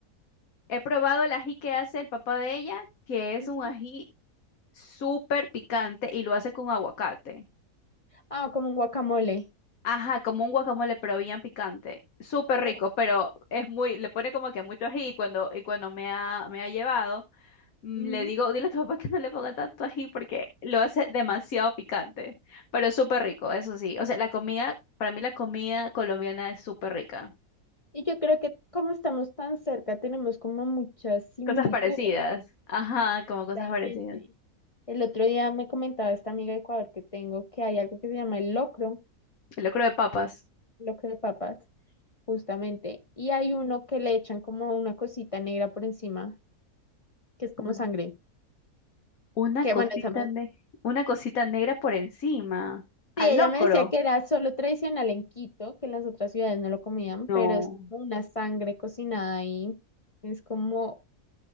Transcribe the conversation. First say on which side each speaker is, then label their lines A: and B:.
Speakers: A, on the left; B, on the left.
A: He probado el ají que hace el papá de ella, que es
B: Ujú.
A: un ají súper picante y lo hace con aguacate.
B: Ah, como un guacamole.
A: Ajá, como un guacamole, pero bien picante. Súper
B: Uf,
A: rico, pero es muy, le pone como que mucho ají y cuando, y cuando me ha, me ha llevado, mm,
B: ujú.
A: le digo, dile a tu papá que no le ponga tanto ají porque lo hace demasiado picante, pero súper rico, eso sí. O sea, la comida, para mí la comida colombiana es súper rica.
B: Y yo creo que como estamos tan cerca, tenemos como muchas similitudes.
A: Cosas parecidas. Ajá, como cosas
B: realmente
A: parecidas.
B: El otro día me comentaba esta amiga de Ecuador que tengo que hay algo que se llama el locro,
A: El locro de papas.
B: locro de papas, justamente, y hay uno que le echan como una cosita negra por encima, que es como
A: Uy.
B: sangre.
A: no. Una
B: Que
A: cosita,
B: bueno, esa me...
A: ne- una cosita negra por encima. Al
B: Sí, ella
A: locro.
B: me decía que era solo tradicional en Quito, que en las otras ciudades no lo comían,
A: No,
B: pero es como una sangre cocinada ahí, es como